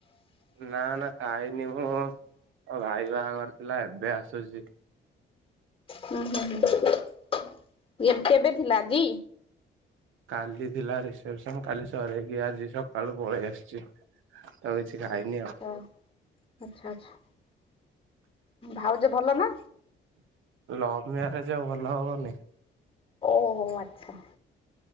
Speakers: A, on the right (about 80°); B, on the left (about 25°).
A: ନା-ନା ଖାଇନି ମୁଁ ମୋ ଭାଇ ବାହାଘର ଥିଲା ଏବେ ଆସୁଛି।
B: ହୁଁ-ହୁଁ-ହୁଁ କେବେ ଥିଲା ଆଜି?
A: କାଲି ଥିଲା ରିସେପସନ କାଲି ସରକି ଆଜି ସକାଳୁ ପଳେଇ ଆସିଛି ତ କିଛି ଖାଇନି
B: ଆଚ୍ଛା-ଆଚ୍ଛା-ଆଚ୍ଛା
A: ଆଉ।
B: ଭାଉଜ ଭଲ ନା?
A: ଲଭ ମ୍ୟାରେଜ ଆଉ ଭଲ ହବନି।
B: ଓ ହୋ ଆଚ୍ଛା।